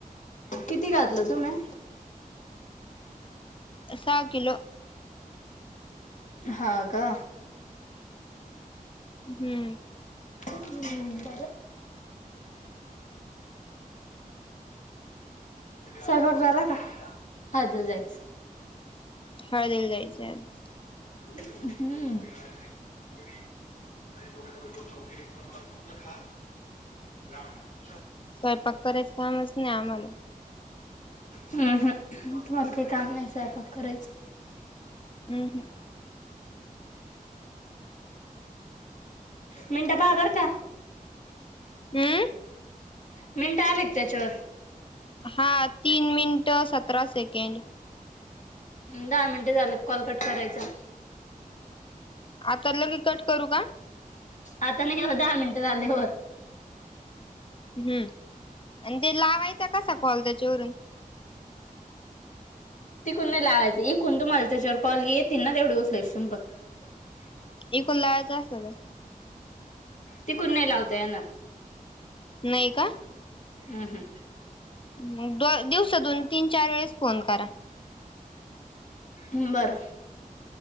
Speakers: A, on the left (about 60°); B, on the left (about 35°).
A: किती घातलं तुम्ही..
B: सहा किलो...
A: हा का?
B: हम्म...
A: हम्म बरं... सहभाग झाला का हजला जायचं...
B: हळदीला जायचे आज...
A: हम्म... <unintelligible>
B: स्वयंपाक करायचं कामच नाही आम्हाला...
A: हम्म हम तुम्हाला काही काम नाही स्वयंपाक करायचं.
B: हम् हम्म..
A: मिनटा पहा बर का...
B: हम्म..
A: मिनटं आली का त्याच्यावर..
B: हा तीन मिनटं सतरा सेकंड..
A: दहा मिनटे झालं कॉल कट करायचा..
B: आता लगे कट करू का?
A: आता नाही हो दहा मिनटं झाल्यावर..
B: हम्म आणि ते लावायचा कसा कॉल त्याच्यावरून....
A: तिकून नाही लावायचं इकून तुम्हाला त्याच्यावर कॉल येतील ना तेवढी उचलायचे तुम्ही फक्त... <unintelligible>
B: एकूण लाळचं असत तर...
A: तिकुण नय लावता येणार...
B: नय का?
A: हम् हमं..
B: मग दो दिवसा दोन तीन चार वेळेस फोन करा.
A: हम्म बरं